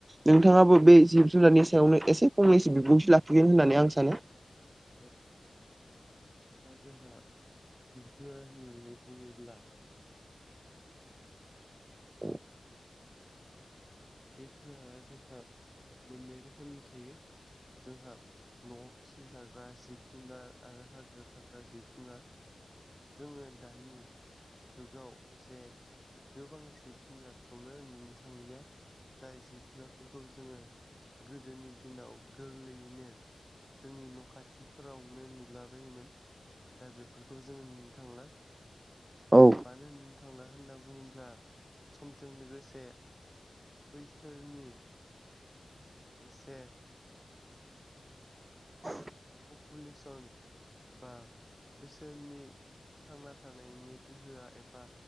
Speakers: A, on the right; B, in the centre.
A: नोंथाङाबो बे जिब जुनारनि सायावनो एसे फंनैसो बिबुंथि लाखिगोन होननानै आं सानो
B: औ दा जोंहा जिब जुनार होननानै बुङोब्ला
A: औ।
B: जिब जुनारा जोंहा मोननै रोखोमनि थायो जोंहा न' फिसि जाग्रा जिब-जुनार आरो हाग्रायाव थाग्रा जिब-जुनार जोङो दानि जुगाव जे गोबां जिब जुनारखौनो नुनो थांलिया। जाय जि जुनारफोरखौ जोङो गोदोनि दिनाव गोरलैयैनो जोंनि न' खाथिफोरावनो नुलाबायोमोन। दा बेफोरखौ जोङो नुनो थांला।
A: औ।
B: मानो होननो थांला होनना बुङोब्ला समजों लोगोसे बैसोरनि एसे
A: औ।
B: पपुलेसन एबा बिसोरनि थांना थानायनि गोहोआ एबा